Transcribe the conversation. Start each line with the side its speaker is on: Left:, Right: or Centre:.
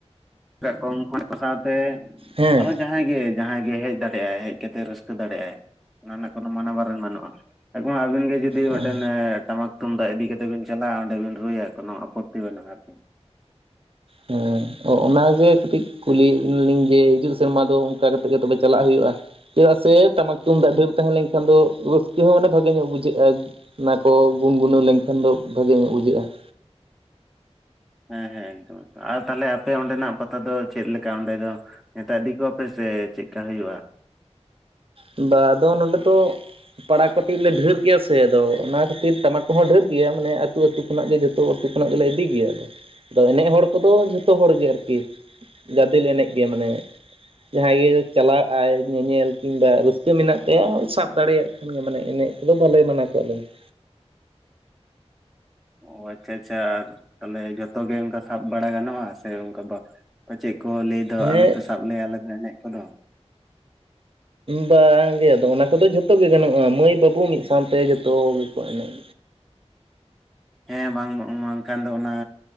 Centre: ᱠᱚᱜ ᱠᱚᱣᱟ ᱩᱱᱠᱩ ᱥᱟᱶᱛᱮ
Right: ᱦᱮᱸ ᱾
Centre: ᱡᱟᱦᱟᱸᱭ ᱜᱮ ᱡᱟᱦᱟᱸᱭ ᱜᱮ ᱦᱮᱡ ᱫᱟᱲᱮ ᱟᱭ ᱦᱮᱡ ᱠᱟᱛᱮ ᱨᱟᱹᱥᱠᱟᱹ ᱫᱟᱲᱮ ᱟᱭ ᱾ ᱚᱱᱟ ᱨᱮᱱᱟᱜ ᱠᱳᱱᱳ ᱢᱟᱱᱟ ᱵᱟᱨᱚᱱ ᱵᱟᱹᱱᱩᱜᱼᱟ ᱥᱟᱵ ᱠᱟᱜ ᱢᱮ ᱟᱵᱤᱱ ᱜᱮ ᱡᱩᱫᱤ
Right: ᱦᱮᱸ
Centre: ᱢᱮᱫᱴᱮᱱ ᱮ ᱴᱟᱢᱟᱠ ᱛᱩᱢᱫᱟᱜ ᱤᱫᱤ ᱠᱟᱛᱮᱜ ᱵᱤᱱ ᱪᱟᱞᱟᱜᱼᱟ ᱚᱸᱰᱮ ᱵᱤᱱ ᱨᱩᱭᱟ ᱠᱳᱚᱱᱳ ᱟᱯᱚᱛᱛᱤ ᱵᱟᱹᱱᱩᱜᱼᱟ ᱟᱨᱠᱤ᱾
Right: ᱦᱮᱸ ᱚ ᱚᱱᱟᱜᱮ ᱠᱟᱹᱴᱤᱡ ᱠᱩᱞᱤᱭᱮᱜ ᱵᱮᱱᱟᱞᱤᱧ ᱡᱮ ᱦᱤᱡᱩᱜ ᱥᱮᱨᱢᱟ ᱫᱚ ᱚᱱᱠᱟ ᱠᱟᱛᱮᱜ ᱜᱮ ᱛᱚᱵᱮ ᱪᱟᱞᱟᱜ ᱦᱩᱭᱩᱜᱼᱟ᱾ ᱪᱮᱫᱟᱜ ᱥᱮ ᱴᱟᱢᱟᱠ ᱛᱩᱢᱫᱟᱜ ᱰᱷᱮᱨ ᱛᱟᱦᱮᱸ ᱞᱮᱱᱠᱷᱟᱱ ᱫᱚ ᱨᱟᱹᱥᱠᱟᱹ ᱦᱚᱸ ᱢᱟᱱᱮ ᱵᱷᱟᱜᱮ ᱧᱚᱜ ᱵᱩᱡᱷᱟᱹᱜᱼᱟ᱾ ᱚᱱᱟᱠᱚ ᱜᱩᱱ ᱜᱩᱱᱟᱹᱣ ᱞᱮᱱᱠᱷᱟᱱ ᱫᱚ ᱵᱷᱟᱜᱮ ᱧᱚᱜ ᱵᱩᱡᱷᱟᱹᱜᱼᱟ ᱾
Centre: ᱦᱮᱸ ᱦᱮᱸ ᱮᱠᱫᱚᱢ ᱮᱠᱫᱚᱢ ᱟᱨ ᱛᱟᱦᱚᱞᱮ ᱟᱯᱮ ᱚᱸᱰᱮᱱᱟᱜ ᱯᱟᱛᱟ ᱫᱚ ᱪᱮᱫ ᱞᱮᱠᱟ ᱚᱸᱰᱮ ᱫᱚ ᱾ ᱱᱮᱣᱛᱟ ᱤᱫᱤ ᱠᱚᱣᱟᱯᱮ ᱥᱮ ᱪᱮᱜᱠᱟ ᱦᱩᱭᱩᱜᱼᱟ ᱾
Right: ᱵᱟ ᱟᱫᱚ ᱱᱚᱸᱰᱮ ᱫᱚ ᱯᱟᱲᱟ ᱠᱚᱴᱤᱡ ᱞᱮ ᱰᱷᱮᱨ ᱜᱮᱭᱟ ᱥᱮ ᱟᱫᱚ ᱚᱱᱟ ᱠᱷᱟᱹᱛᱤᱨ ᱴᱟᱢᱟᱠ ᱦᱚᱸ ᱰᱷᱮᱨ ᱜᱮᱭᱟ ᱢᱟᱱᱮ ᱟᱹᱛᱩ ᱟᱹᱛᱩ ᱠᱷᱚᱱᱟᱜ ᱜᱮ ᱡᱚᱛᱚ ᱟᱹᱛᱩ ᱠᱷᱚᱱᱟᱜ ᱜᱮᱞᱮ ᱤᱫᱤ ᱜᱮᱭᱟ, ᱟᱫᱚ ᱮᱱᱮᱡ ᱦᱚᱲ ᱠᱚᱫᱚ ᱡᱷᱚᱛᱚ ᱦᱚᱲᱜᱮ ᱟᱨᱠᱤ᱾ ᱜᱟᱫᱮᱞ ᱮᱱᱮᱡ ᱜᱮ ᱢᱟᱱᱮ ᱡᱟᱦᱟᱸᱭ ᱜᱮ ᱪᱟᱞᱟᱜᱼᱟᱭ ᱧᱮᱧᱮᱞ ᱠᱤᱝᱵᱟ ᱨᱟᱹᱥᱠᱟᱹ ᱢᱮᱱᱟᱜ ᱛᱟᱭᱟ ᱥᱟᱵ ᱫᱟᱲᱮᱭᱟᱜ ᱠᱷᱟᱱ ᱜᱮ ᱢᱟᱱᱮ ᱮᱱᱮᱡ ᱛᱮᱫᱚ ᱵᱟᱞᱮ ᱢᱟᱱᱟ ᱠᱚᱣᱟ ᱟᱞᱮ ᱫᱚ ᱾
Centre: ᱚ ᱟᱪᱪᱷᱟ ᱟᱪᱪᱷᱟ ᱟᱨ ᱛᱟᱦᱚᱞᱮ ᱡᱚᱛᱚ ᱜᱮ ᱚᱱᱠᱟ ᱥᱟᱵ ᱵᱟᱲᱟ ᱜᱟᱱᱚᱜᱼᱟ, ᱥᱮ ᱚᱱᱠᱟ ᱯᱟᱪᱷᱮ ᱠᱚ ᱞᱟᱹᱭ ᱫᱚ
Right: ᱦᱮᱸ
Centre: ᱟᱞᱚᱯᱮ ᱥᱟᱵ ᱞᱮᱭᱟ ᱟᱞᱮ ᱫᱚ ᱮᱱᱮᱡ ᱠᱚᱫᱚ᱾
Right: ᱵᱟᱝᱜᱮ ᱟᱫᱚ ᱚᱱᱟ ᱠᱚᱫᱚ ᱡᱷᱚᱛᱚ ᱜᱮ ᱜᱟᱱᱚᱜᱼᱟ ᱢᱟᱹᱭ ᱵᱟᱹᱵᱩ ᱢᱤᱜ ᱥᱟᱶᱛᱮ ᱡᱚᱛᱚ ᱜᱮᱠᱚ ᱮᱱᱮᱡ
Centre: ᱦᱮᱸ ᱵᱟᱝ ᱵᱟᱝ ᱵᱟᱝᱠᱷᱟᱱ ᱫᱚ ᱚᱱᱟ